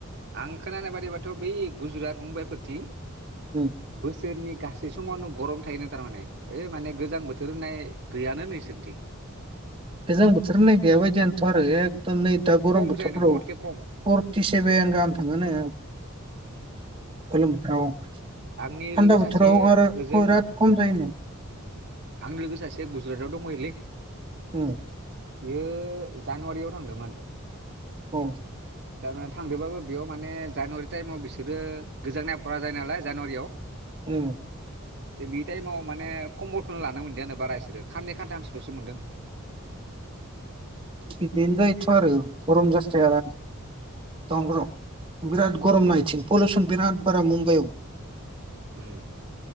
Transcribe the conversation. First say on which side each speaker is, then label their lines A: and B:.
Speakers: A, on the right; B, on the right.
A: आं खोनानाय बादिबाथ' बै गुजरात मुम्बाइफोरथिं
B: उम
A: बोसोरनि गासै समावनो गरम थायो नो थारमाने ओइ माने गोजां बोथोर होननाय गैयानो नो इसोरनिथिं
B: गोजां बोथोर गैया बादियानो थ' आरो एग नै दा गरम
A: खम
B: बोथोरफ्राव
A: जायोनो बहुदखे खम
B: फरटिसेभेन गाहाम थाङोनो। खलुम औ थान्दा
A: आंनि लोगो सासे
B: बोथोराव आरो
A: ओजों
B: <unintelligible> खम जायोनो।
A: आंनि लोगो सासे गुज गुजरातआव दंहैलै।
B: उम
A: बियो जानुवारियाव थांदोंमोन।
B: औ
A: जाङा थांदोंबाबो बेयाव माने जानुवारि टाइमाव बिसोरो गोजांनाय भ'रा जायो नालाय जानुवारियाव
B: उम
A: द बे टाइमाव माने कम्बलखौनो लानो मोनदियानो बारा इसोरो खाननै खान्थामसलसो मोनदों।
B: बिदिनो जायोथ आरो गरम जासथाय <inaudible> बिराद गरम ना इथिं पलिउसन बिराद। फोरा मुमबाइ।
A: उम।